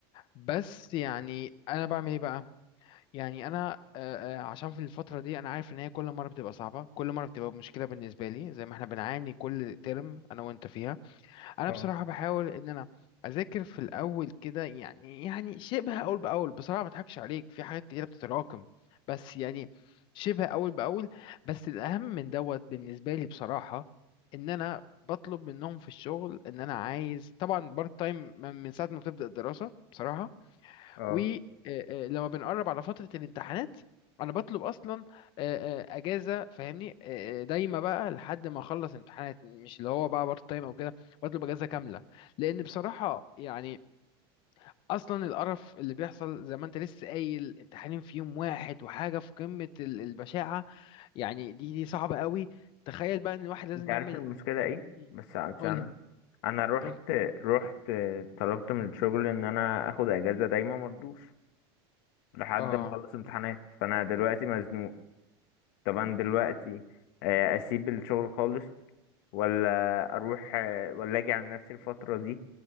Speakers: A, on the left (about 40°); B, on the left (about 55°).
A: بس يعني أنا بعمل إيه بقى يعني أنا آه، آه، عشان في الفترة دي أنا عارف إن هي كل مرة بتبقى صعبة كل مرة بتبقى مشكلة بالنسبة لي زي ما إحنا بنعاني كل ترم أنا وأنت فيها انا
B: اه
A: بصراحه بحاول ان انا اذاكر في الاول كده يعني يعني شبه اول باول بصراحه ما اضحكش عليك في حاجات كتيره بتتراكم بس يعني شبه اول باول بس الاهم من دوت بالنسبه لي بصراحه ان انا بطلب منهم في الشغل ان انا عايز طبعا بارت تايم من من ساعه ما بتبدا الدراسه بصراحه
B: اه
A: ولما بنقرب على فترة الامتحانات انا بطلب اصلا آه، آه، اجازه فاهمني آه، آه، دايما بقى لحد ما اخلص امتحانات مش اللي هو بقى بارت تايم او كده بطلب اجازه كامله لان بصراحه يعني اصلا القرف اللي بيحصل زي ما انت لسه قايل امتحانين في يوم واحد وحاجه في قمه ال- البشاعه يعني دي دي صعبه قوي تخيل بقى ان الواحد لازم
B: انت عارف
A: يعمل
B: المشكلة ايه
A: مم.
B: بس علشان
A: قولي
B: انا رحت
A: قولي
B: رحت طلبت من الشغل ان انا اخد اجازة دايما مرضوش لحد
A: اه
B: ما اخلص امتحانات فانا دلوقتي مزنوق طبعا دلوقتي آه، اسيب الشغل خالص ولا اروح ولا اجي على نفسي الفترة دي